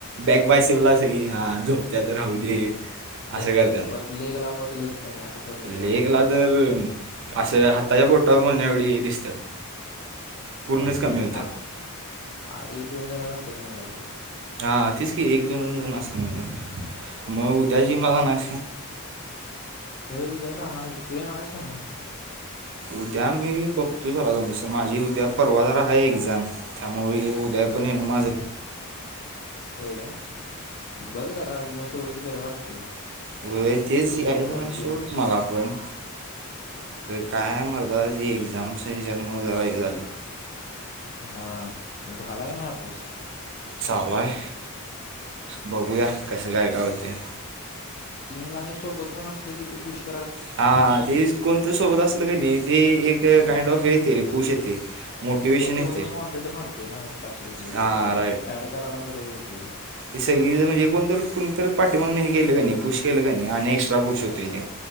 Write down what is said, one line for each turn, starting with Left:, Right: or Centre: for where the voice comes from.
Right: बॅग बाय शिवला सगी हा झोपत्या तर राहू दे. ह
Left: कमी
Right: असे करते
Left: परत लेगला मग लईच कमी असं कमी जातात
Right: लेकला
Left: ती
Right: तर असं हाताच्या फोटा म्हण <unintelligible> डे दिसतात पूर्णच
Left: एक
Right: कमी होतात
Left: दोन जणच असतात म्हणला अस.
Right: हा तीच की एक दोन ज असत म्हणजे मग उद्याची मला नाय.
Left: होय उद्या जाणार आहे तू येणारस का नाही?
Right: उद्या मी बघतो जरा जस माझी उद्या परवा जरा आहे एक्झाम त्यामुळे उद्या. त्या पण माझ
Left: ह होय काय बघ जरा येऊन तेवढच बरं वाटते.
Right: अ तेच
Left: तुला
Right: यायच
Left: पण
Right: आहे
Left: जरा चेंज
Right: शवट मला पण. काय मरतात ही एक्झाम्स हच्यामुळे जरा हे झाले.
Left: हा झाला का नाही अभ्यास?
Right: चालाय बघूया कसे कायकाय होतय.
Left: जिमलानी सोबत कोण असले कि ते पुष्
Right: हा ते कोणतं सोबत असलं का नाही ते एक
Left: हा
Right: काइंड ऑफ येते रे पूश येते. मोटिवेशन
Left: आपण तेवढं
Right: येते
Left: मॉडरेट मारतोय ना एक तासले गे
Right: हा
Left: हो तर ऍड करायला बर हे होते रे.
Right: इ सगळीजण ए कोणत कोणीतरी पाठीमाग केलं का नाही पुष केलं का नाही आणि एक्स्ट्रा पूश होतो इथे.